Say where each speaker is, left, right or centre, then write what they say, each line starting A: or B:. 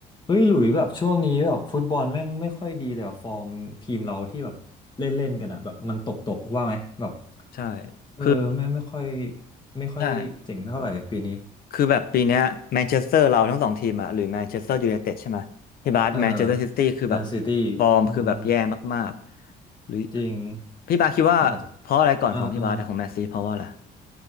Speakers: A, on the left (about 25°); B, on the left (about 60°).
A: เฮ้ย หลุยแบบช่วงนี้แบบฟุตบอลแม่งไม่ค่อยดีเลยอะฟอร์มทีมเราที่แบบเล่นเล่นกันอะแบบมันตกตกว่าไหมแบบ
B: ใช่
A: เออไม่ไม่ค่อย
B: คือ
A: ไม่ค่อยเจ๋งเท่าไหร่ปีนี้
B: ใช่ คือแบบปีเนี้ยแมนเชสเตอร์เราทั้งสองทีมอะหรือแมนเชสเตอร์ยูไนเต็ดใช่ไหมที่บาสแมนเชสเตอร์ซิตี้คือแบบ
A: เออแมนซิตี้
B: ฟอร์มคือแบบแย่มากๆหรือ
A: อืมจริง
B: พี่บาสคิดว่าเพราะอะไรก่อนของพี่บาสอะของแมนซีเพราะว่าอะไร
A: มันอาจจะเออเออ